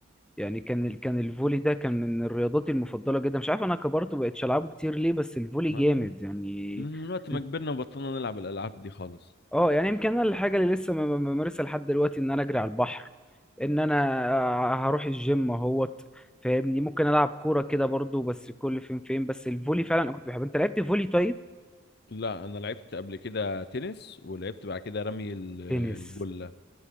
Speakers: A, in the centre; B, on the left.
A: يعني كان ال- كان الفولي ده كان من الرياضات المفضلة جدا مش عارف انا كبرت وبقتش العبه كتير ليه بس الفولي
B: ما
A: جامد يعني
B: من من وقت ما
A: إنت-
B: كبرنا وبطلنا نلعب الالعاب دي خالص
A: اه يعني يمكن انا الحاجة اللي لسه ما- ما- بمارسها لحد دلوقتي ان انا اجري على البحر ان انا هروح الجيم اهوت فاهمني ممكن العب كورة كده برضو بس كل فين فين بس الفولي فعلا انا كنت بحب انت لعبت فولي طيب
B: لا انا لعبت قبل كده تنس ولعبت بعد كده رمي ال-
A: تنس
B: الجلة